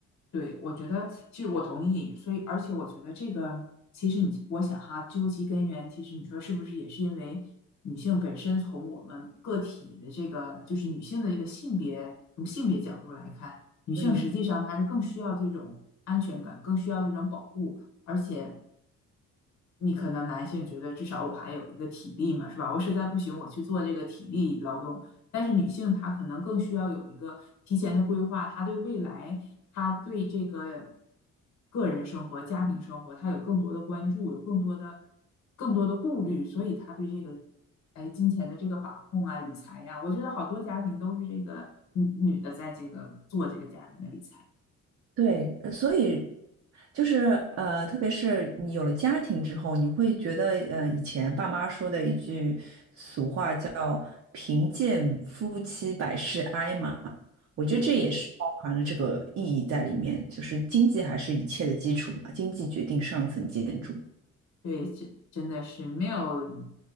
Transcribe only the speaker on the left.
对，我觉得其实我同意，所以而且我觉得这个其实你我想哈，究其根源，其实你说是不是也是因为女性本身从我们个体的这个就是女性的这个性别从性别角度来看，女性实际上她是更需要这种安全感，
更需要这种保护，而且。你可能男性觉得至少我还有一个体力嘛，是吧？我实在不行，我去做这个体力劳动。但是女性她可能更需要有一个提前的规划，她对未来，她对这个个人生活、家庭生活，她有更多的关注，有更多的更多的顾虑，所以她对这个哎金钱的这个把控啊、理财呀、我觉得好多家庭都是这个女女的在这个做这个家庭的理财，
对。
对，这真的是没有